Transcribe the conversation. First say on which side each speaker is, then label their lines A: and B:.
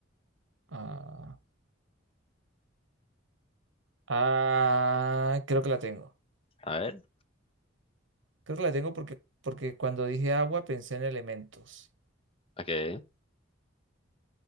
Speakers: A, on the right; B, on the left.
A: ah, ah, creo que la tengo.
B: A ver,
A: Creo que la tengo porque, porque cuando dije agua pensé en elementos.
B: ok.